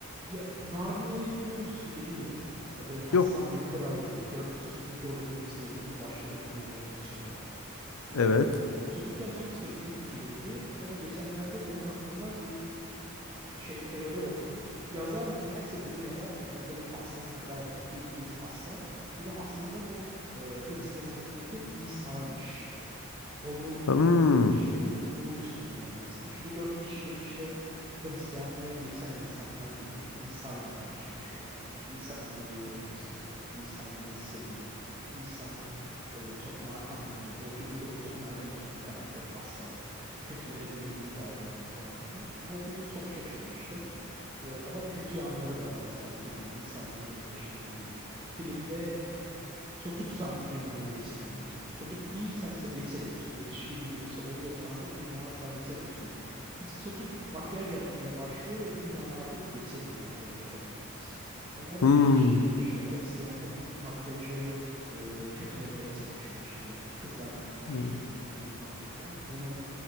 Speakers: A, on the right (about 20°); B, on the left (about 75°).
A: Ya Narnia'yı biliyor musun bilmiyorum. E, Böyle aslan
B: Yok.
A: bir kral oluyor. Dört çocuk bir dolabın içine girip başka bir dünyaya geçiyorlar. Ee,
B: Evet.
A: çocukken çok sevdiğim bir filmdi. Sonra geçenlerde onun hakkında bir şey teori okudum. Yazar meğerse bunu yazarken orada bir aslan kral var. Bildiğimiz aslan. Bunu aslında bu e, Hristiyanlıktaki İsa'ymış onu
B: Hmm.
A: e, şey olup onun üstünden yazmış. Bu dört kişi de işte Hristiyanlığa geçen insanlar gibi İsa ile karşılaşıyorlar. İsa onlara yol gösteriyor. İsa onları seviyor. İsa e, çok merhametli. O filmde de çok merhametli bir karakter aslan. Kötülere bile iyi davranıyor falan filan. Bunu okuyunca çok şaşırmıştım. E, ama kötü yanları da var. Mesela filmin insanların eleştirdiği. Filmde Çocuksan bu dünyaya geçebiliyorsun. Çocuk değilsense geçemiyorsun. Yetişkin birisi oluyorsansa bu dünyaya asla geçemiyorsun. Bir tık çocuk makyaj yapmaya başlıyor ve bu dünyaya artık geçemiyor makyaj yapabildiği için. Onlar
B: Hmm.
A: da eleştiriyor işte Hristiyanlık makyajı e, kötülemeye çalışıyor. İşte kızlar makyaj
B: Hmm.
A: sürmemeli falan filan. Bunu